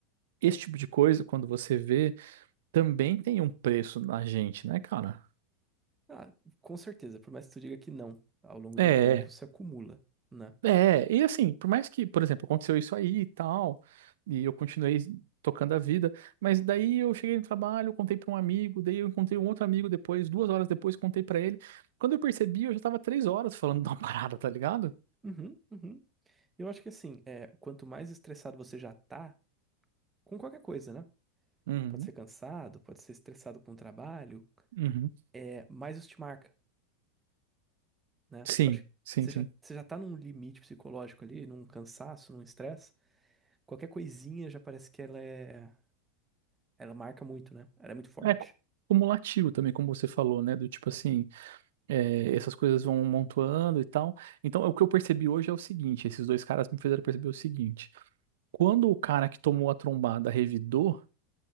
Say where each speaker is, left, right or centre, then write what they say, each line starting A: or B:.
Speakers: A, on the right (about 75°); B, on the right (about 15°).
A: Esse tipo de coisa, quando você vê, também tem um preço na gente, né, cara?
B: Ah, com certeza, por mais que tu diga que não, ao longo
A: É,
B: do tempo se acumula, né?
A: é. E assim, por mais que, por exemplo, aconteceu isso aí e tal, e eu continuei tocando a vida, mas daí eu cheguei no trabalho, contei pra um amigo, daí eu encontrei um outro amigo depois, duas horas depois, contei pra ele. Quando eu percebi, eu já tava três horas falando de uma <laughs> parada, tá ligado?
B: Uhum, uhum. Eu acho que assim, é, quanto mais estressado você já tá, com qualquer coisa, né?
A: Uhum,
B: Pode ser cansado, pode ser estressado com o trabalho,
A: uhum.
B: é, mais isso te marca. né?
A: Sim,
B: Eu acho que
A: sim,
B: você
A: sim.
B: já, você já tá num limite psicológico ali, num cansaço, num estresse. Qualquer coisinha já parece que ela é. Ela marca muito, né? Ela é muito forte.
A: É, cu- cumulativo também, como você falou, né? Do tipo assim, É, essas coisas vão montando e tal. Então, o que eu percebi hoje é o seguinte: esses dois caras me fizeram perceber o seguinte. Quando o cara que tomou a trombada revidou,